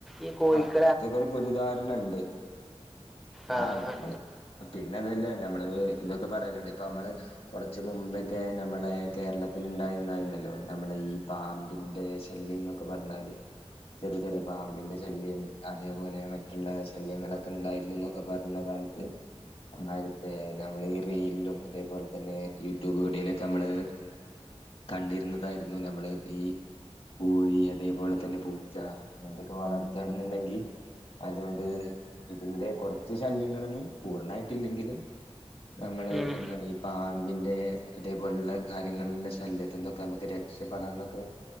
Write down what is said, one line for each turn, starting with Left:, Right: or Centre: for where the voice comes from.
Centre: ഈ കോഴിക്ക്
Left: അങ്ങനത്തെക്ക ഒരു പൊതു ധാരണ ഉണ്ട്
Centre: ആ
Left: ആഹ് നമ്മള്.
Centre: ആ
Left: പിന്നെ അതല്ലേ നമ്മള് ഇതൊക്കെ പറയലുണ്ട് ഇപ്പൊ നമ്മള്. കുറച്ച് മുമ്പൊക്കെ നമ്മളെ കേരളത്തിൽ ഉണ്ടായിരുന്നായിരുന്നല്ലോ നമ്മളെ ഈ പാമ്പിന്റെ ശല്യം. പറഞ്ഞാല് ചെറിയ ചെറിയ പാമ്പിന്റെ ശല്യ ശല്യം അതേപോലെ മറ്റുള്ള ശല്യങ്ങളൊക്കെ ഉണ്ടായിരുന്നു എന്നൊക്കെ പറഞ്ഞ കാലത്ത് <unintelligible> ഈ റീലും അതേ പോലെ തന്നെ യൂട്യൂബ് വീഡിയോയിലൊക്കെ നമ്മള് കണ്ടിരുന്നതായിരുന്നു നമ്മൾ ഈ കോഴി അതേപോലെ തന്നെ പൂച്ച ഇങ്ങനത്തൊക്കെ വളർത്തണെന്നുണ്ടെങ്കിൽ അതോണ്ട് ഇതിന്റെ കുറച്ച് ശല്യങ്ങളിന്ന് പൂർണ്ണമായിട്ടില്ലെങ്കിലും. നമ്മള്
Centre: ഉം
Left: എന്താണ് ഈ പാമ്പിന്റെ അതേപോലുള കാര്യങ്ങളുടെ ശല്യത്തിൽ നിന്നൊക്കെ നമുക്ക് റക്ഷ് ഷപെടാന്നൊക്കെ